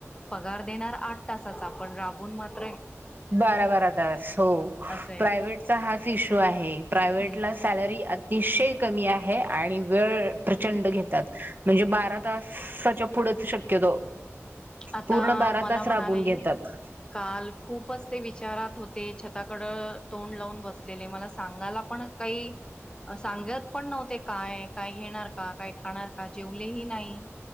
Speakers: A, on the left (about 20°); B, on the right (about 40°).
A: पगार देणार आठ तसाचा पण राबून मात
B: बारा, बार हो
A: असंय
B: प्रायव्टचा, हाच इश्यू आहे प्रायव्हेटला
A: हम्म
B: सॅलरी अतिशय कमी आहे आणि वेळ प्रचंड घेतात, म्हणजे बारा तासाच्या पुढंच शक्यतो
A: आता
B: पूर्ण बारा
A: मला
B: तास
A: म्हणालेय,
B: राबून घेतात
A: काल खूपच ते विचारात होते छताकड तोंड लावून बसलेले, मला सांगायला पण काही सांगत पण नव्हते काय, काय घेणार का काय खाणार, का जेवलेही नाही.